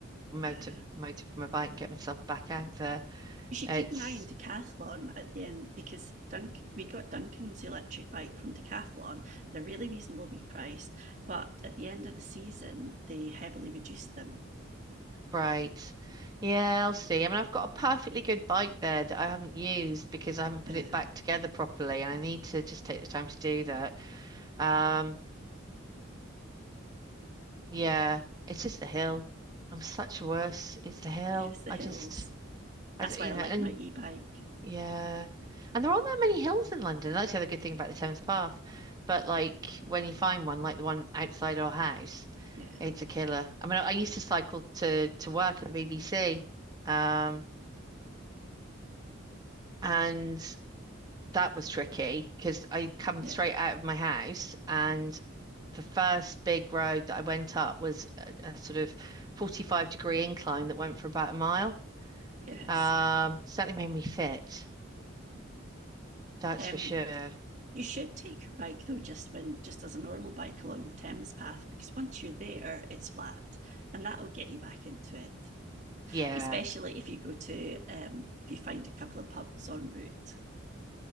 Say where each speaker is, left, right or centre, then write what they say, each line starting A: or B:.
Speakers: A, on the right; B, on the right.
A: motor
B: Yeah.
A: motor for my bike and get myself back out there.
B: you should
A: It's
B: keep an eye on Decathlon at the end because Dunk we got Duncan's electric bike from Decathlon. They're really reasonably priced, but at the end of the season they heavily reduced them.
A: great. Yeah, I'll see. I mean, I've got a perfectly good bike there that I haven't used because I haven't put
B: Yeah,
A: it back together properly, and I need to just take the time to do that. Um, yeah, it's just the hill. I'm such a worse. It's
B: <laughs>
A: the hill.
B: yes, the
A: I
B: hills.
A: just, I,
B: That's
A: d-
B: why
A: you
B: I like
A: know, and
B: my e-bike.
A: Yeah. And there aren't that many hills in London. That's the other good thing about the Thames Path. But like when you find one, like the one outside our house,
B: Yeah,
A: it's a killer. I mean, I I used to cycle to to work at the BBC. Um, and that was tricky because I'd come
B: yeah,
A: straight out of my house and the first big road that I went up was a, a sort of 45 degree incline that went for about a mile.
B: yes.
A: Um, certainly made me fit. That's
B: Um,
A: for sure.
B: you should take your bike though, just when just as a normal bike along the Thames path, because once you're there, it's flat, and that'll get you back into it.
A: Yeah.
B: Especially if you go to um, if you find a couple of pubs en route.